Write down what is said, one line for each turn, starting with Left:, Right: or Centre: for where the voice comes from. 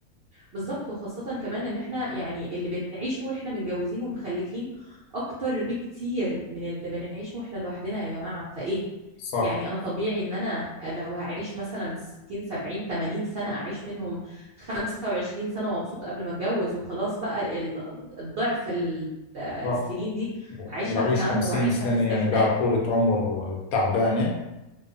Right: بالظبط وخاصة كمان ان احنا يعني اللي بنعيشه واحنا متجوزين ومخلفين اكتر بكتير من اللي بنعيشه واحنا لوحدنا يا جماعة فايه
Left: صح
Right: يعني انا طبيعي ان انا لو هعيش مثلا 60 70 80 سنة اعيش منهم 25 سنة مبسوط قبل ما اتجوز وخلاص بقى ال- الضعف ال- السنين
Left: صح
Right: دي
Left: و-
Right: اعيشها
Left: وأعيش
Right: في هم
Left: خمسين
Right: واعيشها
Left: سنة
Right: في استخناء
Left: يعني بعد طولة عمر تعبانة